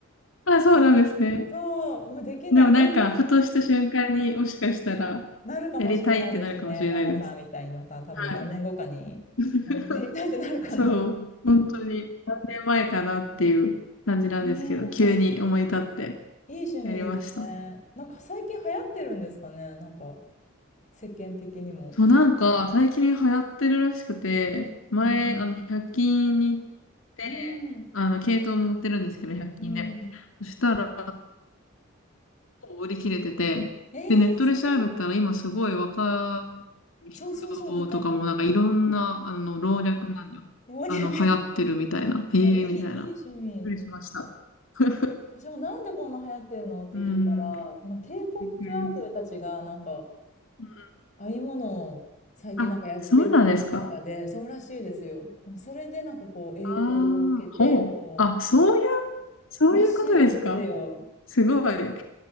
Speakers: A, on the left; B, on the left.
A: あ、そうなんですね。
B: そう、もうできない。
A: でもなんか、
B: これ
A: ふとした瞬間にもしかしたら、
B: なるかもしれないですね。
A: やりたいってなるかもしれないです。
B: ナナさんみたいにまた多分何年後かに、
A: はい。<laughs>
B: なやりたいってなるかな。
A: そう、本当に何年前かなっていう感じなんですけど、
B: ねえ、
A: 急に思い立って
B: でもいい趣味ですね。
A: やりました。
B: なんか最近流行ってるんですかね、なんか世間的にも。
A: そう、なんか、最近流行ってるらしくて、前、
B: うん。
A: あの、100均に行って、
B: うん。
A: あの、系統持ってるんですけど、100均で。
B: うん。
A: そしたら、もう売り切れてて、
B: ええ、
A: で、ネットで調べたら、
B: すごい。
A: 今すごい若い人とかも、
B: そうそうそう、若者、
A: なんかいろんな、あの、老若男女、
B: 老若男女。
A: あの、
B: い
A: 流行ってるみたいな、ええみたいな。
B: や、いい、いい趣味。
A: びっくりしました。<laughs>
B: 私もなんでこんな流行ってるのって聞いたら、
A: うん、びっ
B: その K-POP
A: くりです。
B: アイドルたちがなんか
A: うん
B: 編み物を最近なんかやってるとかで、
A: あ、そうなんですか
B: そうらしいですよ。なんかそれでなんかこう影響を受けて、
A: ああ、ほう。
B: こ
A: あ、そういう、そういうことですか
B: う、らしいですよ。
A: すごい。